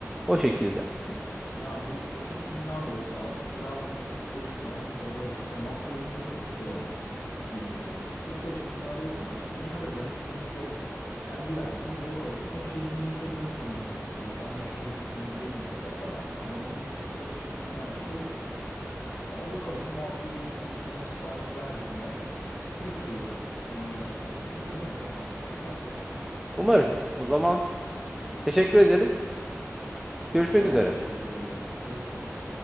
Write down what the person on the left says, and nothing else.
Kesinlikle. Ya bu açık dünya da olsa artık biraz ister istemez tabii o işte mafya oyunların üçü de öyleydi. İlk üçü de. Hepsi açık dünyadaydı ama açık dünyada yan etkinlik yoktur. Hani gidersin görev alırsın o şehrin yaşadığını sana hissettirir. Sen bu şehirdeki bir birey misin? O kadar. Yani onun dışında bir açık dünya işi yoktur. Ama bakalım mafyaya sonuçta ön sipariş verdim ve bekliyorum inanılmaz şekilde ve umarım beklentileri karşılar.
Ben
de teşekkür ediyorum. Görüşürüz.